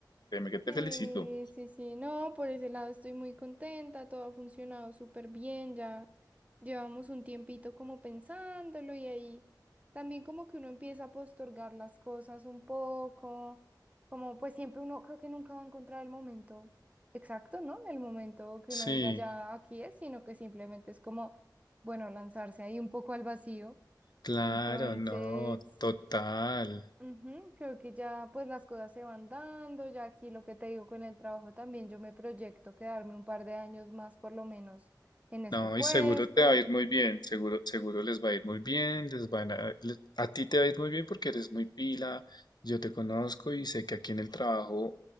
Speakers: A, on the left (about 65°); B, on the right (about 20°).
A: créeme que te
B: Sí,
A: felicito.
B: sí, sí, no, por ese lado estoy muy contenta, todo ha funcionado súper bien, ya llevamos un tiempito como pensándolo y ahí también como que uno empieza a postergar las cosas un poco, como pues siempre uno creo que nunca va a encontrar el momento exacto, ¿no? El momento que
A: Sí,
B: uno diga ya aquí es, sino que simplemente es como, bueno, lanzarse ahí un poco al vacío.
A: claro,
B: Entonces...
A: no, total.
B: Ujú, Creo que ya pues las cosas se van dando, ya aquí lo que te digo con el trabajo también, yo me proyecto quedarme un par de años más por lo menos en este
A: No,
B: puesto.
A: y seguro te va a ir muy bien, seguro, seguro les va a ir muy bien, les van a, le- a ti te va a ir muy bien porque eres muy pila, yo te conozco y sé que aquí en el trabajo